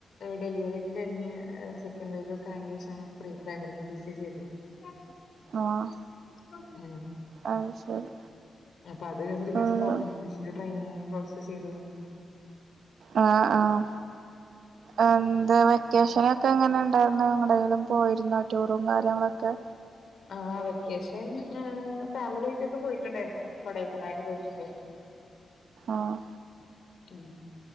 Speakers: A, on the left; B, on the right.
A: ഡെലിവറി അത് കഴിഞ് സെക്കൻഡ് ബേബി ഒക്കെ ആയേന്റെ ശേഷആണ് pre primary T T C ചെയ്തെ <unintelligible>
B: ആഹ്
A: ആഹ്
B: അത് ശരി
A: അപ്പൊ അത് കഴിഞ്ഞിട്ട് പിന്നെ
B: ഉം
A: സ്പോക്കണിഗ്ലീഷിന്റെ ട്രെയിനിങ് കോഴ്സ് ചെയ്ത്
B: ആഹ് ആഹ്. എന്ത് വെക്കേഷന് ക്കെ എങ്ങനെണ്ടാര്ന്ന് എങ്ങടേങ്കിലും പോയിരുന്നോ ടൂറും കാര്യങ്ങളൊക്കെ
A: ആഹ് വെക്കേഷൻ ഏഹ് ഫാമിലിയായിട്ടൊക്കെ പോയിട്ടുണ്ടായിരുന്നു കൊടൈക്കനായിൽ പോയിട്ടുണ്ടായിരുന്നു.
B: ആഹ്
A: ഉം.